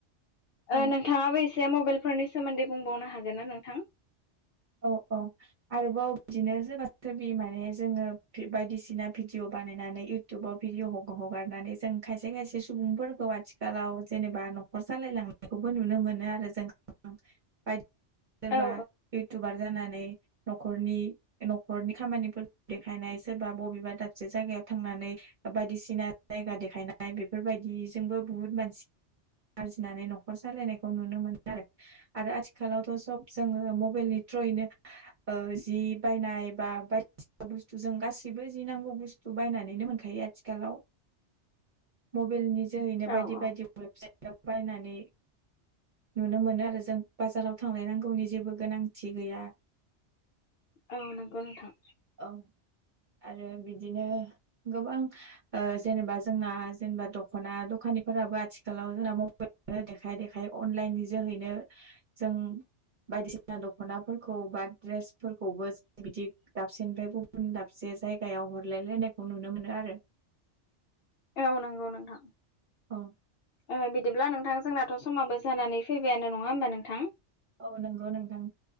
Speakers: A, on the right (about 45°); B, on the left (about 65°).
A: औ
B: ओ नोंथाङाबो एसे मबाइलफोरनि सोमोन्दै बुंबावनो हागोन ना नोंथां?
A: अ अ आरोबाव बिदिनो सोरबा सोरबि माने जोङो भि बायदिसिना भिडिअ बानायनानै इउ इउटुबाव भिडिअ ह-हगारनानै जों खायसे खायसे सुबुंफोरखौ आथिखालाव जेनेबा न'खर सालायलां नायखौबो नुनो मोनो आरो जों बायदि सोरबा
B: औ
A: इउटुबार जानानै न'खरनि न'खरनि खामानिफोरखो देखायनाय सोरबा बबेबा दाबसे जायगायाव थांनानै बायदिसिना जायगा देखायनाय बेफोरबायदिजोंबो बुहुत मानसि आरजिनानै न'खर सालायनायखौ नुनो मोनो आरो आरो आथिखालावथ' सब जोङो मब मबेलनि ट्र'यैनो ओ जि बायनाय बा बायदिसिना बुस्थु जों गासैबो जि नांगौ बुस्थु बायनानैनो मोनखायो आथिखालाव मबेलनि जोहैनो
B: औ
A: बायदि बायदि वेबसाइटाव बायनानै नुनो मोनो आरो जों बाजाराव थांलायनांगौनि जेबो गोनांथि गैया
B: औ नंगौ नोंथां
A: औ आरो बिदिनो गोबां ओ जेनेबा जोंना जेनेबा दख'ना दखानिफोराबो आथिखालाव जोंना म मबेलखोनो देखाय देखाय अनलाइन नि जोहैनो जों बायदिसिना बा दख'नाफोरखौ बा ड्रेसफोरखौबो जों बिदि दाबसेनिफ्राय गुबुन दाबसे जायगायाव हरलायलायनायखौ नुनो मोनो आरो
B: औ नंगौ नोंथां
A: औ
B: ओ बिदिब्ला नोंथां जोंनाथ' समाबो जानानै फैबायानो नङा होमबा नोंथां?
A: औ नंगौ नोंथां